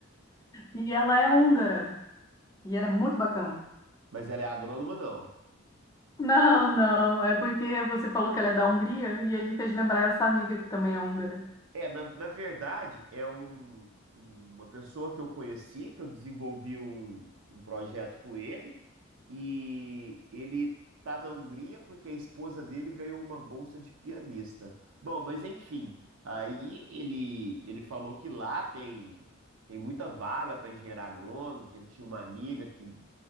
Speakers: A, on the left (about 15°); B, on the right (about 70°).
A: E ela é húngara, e ela é muito bacana.
B: mas ela é agrônoma não.
A: Não, não, é porque você falou que ela é da Hungria, e aí me fez lembrar essa amiga que também é húngara.
B: É, na, na verdade, é um, uma pessoa que eu conheci, que eu desenvolvi um, um projeto com ele, e ele tá na Hungria porque a esposa dele ganhou uma bolsa de pianista. Bom, mas enfim, aí ele, ele falou que lá tem, tem muita vaga para engenheiro agrônomo, que ele tinha uma amiga que